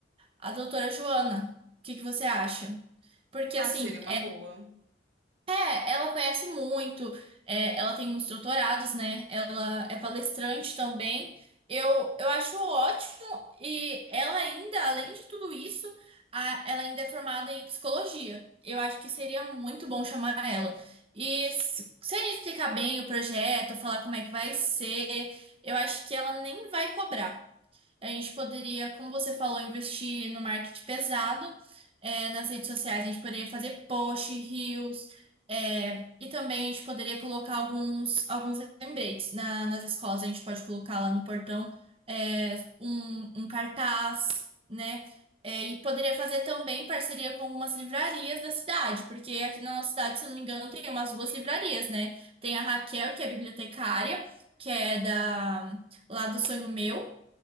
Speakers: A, on the right; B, on the right.
A: a doutora Joana. O que que você acha? Porque, assim,
B: Ah, seria uma boa.
A: é, ela conhece muito, é, ela tem muitos doutorados, né? Ela é palestrante também. Eu, eu acho ótimo, e ela ainda, além de tudo isso, a- ela ainda é formada em psicologia. Eu acho que seria muito bom chamar ela. E s- se a gente explicar bem o projeto, falar como é que vai ser, eu acho que ela nem vai cobrar. A gente poderia, como você falou, investir no marketing pesado, é, nas redes sociais. A gente poderia fazer post, reels, é, e também a gente poderia colocar alguns, alguns lembretes na- nas escolas. A gente pode colocar lá no portão, é, um, um cartaz, né? É, e poderia fazer também parceria com algumas livrarias da cidade, porque aqui na nossa cidade, se eu não me engano, tem umas duas livrarias, né? Tem a Raquel, que é bibliotecária, que é da, lá do Sonho Meu.